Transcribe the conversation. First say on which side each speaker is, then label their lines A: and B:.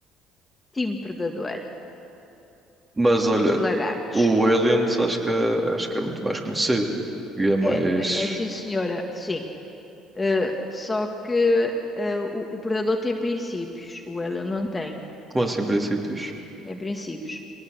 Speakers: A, on the left; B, on the right.
A: Time predador.
B: Mas olha,
A: Gosto de lagartos.
B: o Aliens acho que, é- acho que é muito mais conhecido. E é mais.
A: É, é é sim, senhora. Sim. Eh, só que eh, o, o predador tem princípios. O alien não tem.
B: Como assim, princípios?
A: Tem princípios.